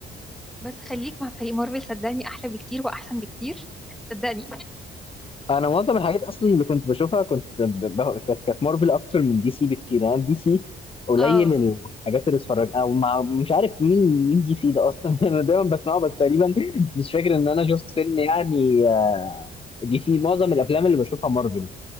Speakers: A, in the centre; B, on the left (about 25°).
A: بس خليك مع فريق مارفل صدقني احلى بكتير واحسن بكتير صدقني
B: انا معظم الحاجات اصلا اللي كنت بشوفها كنت ب- ب- كانت كانت مارفل اكتر من دي سي بكتير يعني دي سي
A: <laughs>
B: قليل
A: اه
B: الحاجات اللي اتفرج او مع مش عارف مين مين دي سي ده اصلا <laughs> انا دايما بسمعه بس تقريبا مش فاكر ان انا شفت فيلم يعني آه، دي سي معظم الافلام اللي بشوفها مارفل